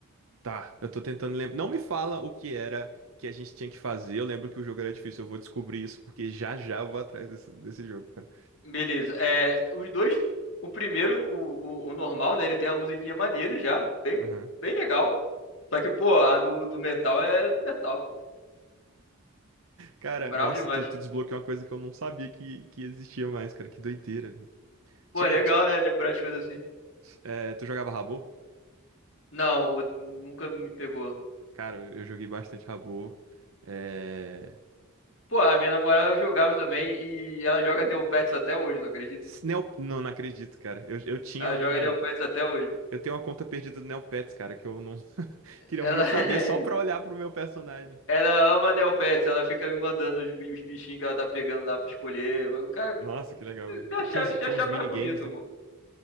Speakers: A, on the right (about 70°); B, on the left (about 60°).
A: Tá, eu tô tentando lembrar. Não me fala o que era que a gente tinha que fazer. Eu lembro que o jogo era difícil. Eu vou descobrir isso, porque já já eu vou atrás desse, desse jogo, cara.
B: Beleza. É, os dois. O primeiro, o, o, o normal, né? Ele tem uma musiquinha maneira já, bem,
A: Aham.
B: bem legal. Só que, pô, a do, do metal é do metal, pô.
A: Cara,
B: Bravo
A: nossa,
B: demais.
A: tu, tu desbloqueou uma coisa que eu não sabia que, que existia mais, cara. Que doideira, velho.
B: Pô,
A: Tinha,
B: é legal, né? Lembrar as coisas assim.
A: É, tu jogava Rabo?
B: Não, o- nunca me pegou.
A: Cara, eu eu joguei bastante Rabo. É...
B: Pô, a minha namorada eu jogava também e ela joga Neopets até hoje, tu acredita?
A: s- Neo... Não, não acredito, cara. Eu, eu tinha
B: Ela
A: um.
B: joga Neopets até hoje.
A: Eu tenho uma conta perdida do Neopets, cara, que eu não <laughs> queria
B: Ela,
A: muito saber só pra
B: <laughs>
A: olhar pro meu personagem.
B: ela ama Neopets, ela fica me mandando os, bi- os bichinhos que ela tá pegando lá pra escolher. Eu falo, Cara,
A: Nossa, que legal.
B: se
A: mano. Que-
B: achar,
A: Tinha uns,
B: você
A: tinha
B: achar
A: uns minigames,
B: mais bonito,
A: né?
B: amor.